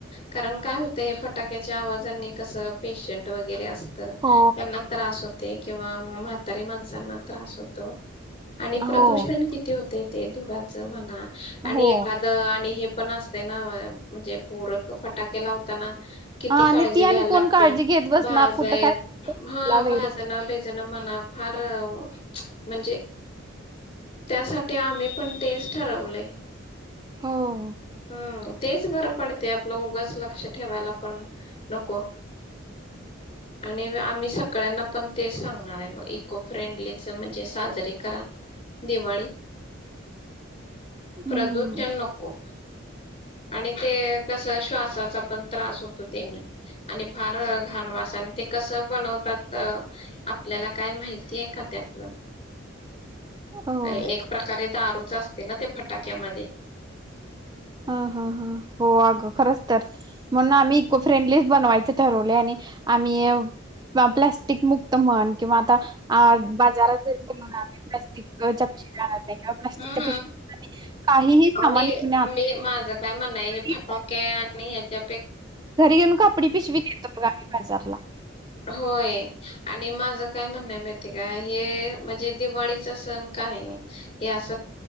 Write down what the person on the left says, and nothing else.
कारण काय होतंय हे फटाक्याच्या आवाजानी कसं पेशंट वगैरे असत तर
त्यांना त्रास होतो. ते किंवा म्हातारी माणसांना त्रास होतो. आणि प्रदूषण
किती होतय ते धुराचं म्हणा आणि
एखादं आणि हे पण असते ना म्हणजे पोर क फटाके लावताना किती
काळजी
घ्यायला लागते
भाज
हा
भाजण बीजण म्हणा फार म्हणजे, त्यासाठी आम्ही पण तेच ठरवलंय.
हम् तेच बरं पडते आपलं उगच लक्ष ठेवायला पण नको आणि आम्ही सगळ्यांना पण तेच सांगणार आहे इको फ्रेंडलीच म्हणजे साजरीे करा दिवाळी.
प्रदूषण नको. आणि ते कस श्वास साचा पण त्रास होतो त्यानी आणि फार घाण वास आणि ते कसं बनवतात आपल्याला काय माहिती आहे का त्यातलं.
अ एक प्रकारे द <unintelligible> असते ना त्या फटाक्यामध्ये.
हम्म
आणि
मी माझं काय म्हणण आहे
फटाके आणि ह्याच्यापेक्षा
होय. आणि माझं काय म्हणणं आहे. का हे म्हणजे दिवाळीचा सण काय हे अस